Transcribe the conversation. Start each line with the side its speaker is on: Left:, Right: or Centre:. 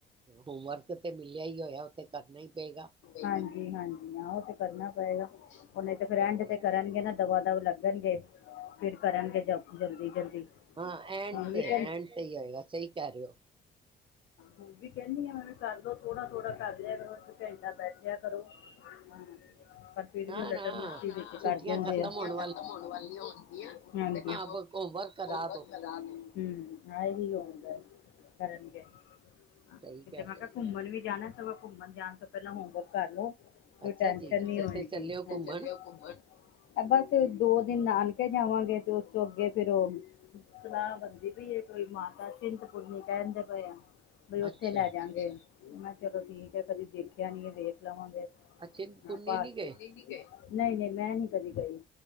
Right: ਹੋਮਵਰਕ ਤੇ ਮਿਲਿਆ ਹੀ ਹੋਇਆ, ਉੱਹ ਤੇ ਕਰਨਾ ਹੀ ਪਏਗਾ।
Left: ਹਾਂਜੀ- ਹਾਂਜੀ ਹਾਂ। ਉਹ ਤੇ ਕਰਨਾ ਪਏਗਾ ਕੁਛ, ਉਹ ਨਹੀਂ ਤੇ
Right: ਹਾਂਜੀ
Left: ਐਂਡ ਤੇ ਕਰਨਗੇ ਨਾ ਦਵਾ- ਦਵ ਲੱਗਣਗੇ। ਫੇਰ ਕਰਨਗੇ ਜ, ਜਲਦੀ- ਜਲਦੀ।
Right: ਹਾਂ ਐਂਡ
Left: ਹੁਣ ਵੀ
Right: ਤੇ,
Left: ਕਹਿੰ
Right: ਐਂਡ ਤੇ ਹੀ ਹੋਏਗਾ ਸਹੀ ਕਹਿ ਰਹੇ ਹੋ।
Left: ਹੁਣ ਵੀ ਕਹਿੰਦੀ ਆ ਕਰ ਲਓ ਥੋੜਾ- ਥੋੜਾ ਕਰ ਲਿਆ ਕਰੋ। ਇੱਕ ਘੰਟਾ ਬੈਠਿਆ ਕਰੋ। ਹਾਂਜੀ
Right: ਨਾ
Left: ਪਰ ਫਿਰ ਵੀ ਉਹ ਲਟ
Right: ਨਾ
Left: ਮਸ਼ਤੀ ਵਿੱਚ
Right: ਛੁੱਟੀਆਂ
Left: ਕਰ ਜਾਂਦੇ।
Right: ਖ਼ਤਮ
Left: ਛੁੱਟੀਆਂ
Right: ਹੋਣ
Left: ਖਤਮ ਹੋ ਵਾਲੀਆ ਹੋਣਗੀਆਂ ਹਾਂਜੀ।
Right: ਅੱਗੋਂ ਵਰਕ ਕਰਾ।
Left: ਬਹੁਤ
Right: ਦੋ
Left: ਖਰਾਬ, ਹੂੰ ਆਹੀ ਹੋਣਗੇ ਕਰਨਗੇ। ਹਾਂ
Right: ਸਹੀ
Left: ਕਿਤੇ
Right: ਕਹਿ
Left: ਮੈਂ
Right: ਰਹੇ
Left: ਕਿਹਾ ਘੁੰਮਣ ਵੀ ਜਾਣਾ ਸਗੋਂ, ਘੁੰਮਣ ਜਾਣ ਤੋਂ ਪਹਿਲਾਂ ਹੋਮਵਰਕ ਕਰ ਲੋ। ਕੋਈ
Right: ਅੱਛਾ
Left: ਟੈਨਸ਼ਨ
Right: ਜੀ
Left: ਨਹੀ
Right: ਕਿੱਥੇ
Left: ਹੋਗੀ।
Right: ਚੱਲੇ
Left: ਕਿਤੇ
Right: ਹੋ ਘੁੰਮਣ
Left: ਚਲੇ ਹੋ ਘੁੰਮਣ ਬਸ ਦੋ-ਦਿਨ ਨਾਨਕੇ ਜਾਵਾਂਗੇ, ਤੇ ਉਸ ਤੋਂ ਅੱਗੇ ਫਿਰ ਉਹ ਸਲਾਹ ਬਣਦੀ ਪਈ ਏ ਕੋਈ ਮਾਤਾ ਚਿੰਤਪੁਰਨੀ ਕਹਿਣਦੇ ਪਏ ਆ। ਬਈ ਉੱਥੇ
Right: ਅੱਛਾ
Left: ਲੈ ਜਾਂਗੇ। ਮੈਂ ਕਿਹਾ ਚਲੋ ਠੀਕ ਹੈ ਕਦੀ ਦੇਖਿਆ ਨੀ ਹੈ ਵੇਖ ਲਵਾਂਗੇ।
Right: ਚਿੰਤਪੁਰਨੀ
Left: ਮਾਤਾ
Right: ਨੀ ਗਏ
Left: ਤੁਸੀ ਨਹੀ ਗਏ। ਨਹੀਂ-ਨਹੀਂ ਮੈਂ ਨੀ ਕਦੇ ਗਈ